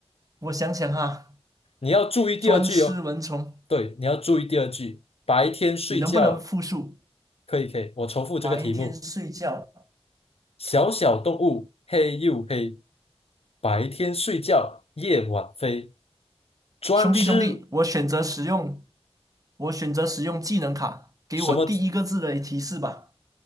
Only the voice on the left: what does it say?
你要注意第二句哦。
对，你要注意第二句。白天睡觉
可以可以，我重复这个题目：
小小动物黑又黑，白天睡觉夜晚飞，专吃
什么？